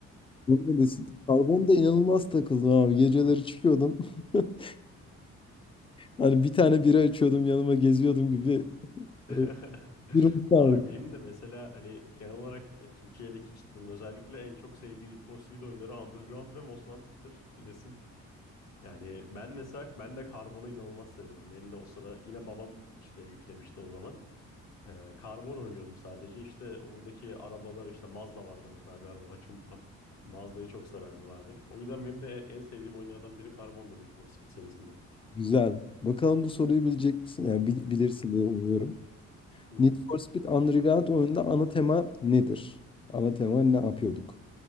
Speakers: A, on the left (about 20°); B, on the left (about 60°).
A: Bunun öncesi Karbon da inanılmaz takıldı abi. Geceleri çıkıyordum. <laughs> Hani bir tane bira açıyordum yanıma geziyordum gibi
B: <laughs>
A: e, durum vardı.
B: Abi benim de mesela hani genel olarak e, Türkiye'deki kitlenin özellikle en çok sevdiği Need for Speed oyunları Underground ve Most Wanted'tır bilirsin. Yani ben mesela ben de Carbon'u inanılmaz severim. Benim de o sıra yine babam işte yüklemişti o zaman. Ee, Carbon oynuyordum sadece. İşte oradaki arabalar işte Mazda vardı mesela bir araba hiç unutmam. Mazda'yı çok severdim abi. O yüzden benim de en sevdiğim oyunlardan biri Carbon'dur Need for Speed serisinde.
A: Güzel. Bakalım bu soruyu bilecek misin? Yani bil- bilirsin diye umuyorum.
B: Hı hı.
A: Need for Speed Underground oyununda ana tema nedir? Ana tema ne yapıyorduk?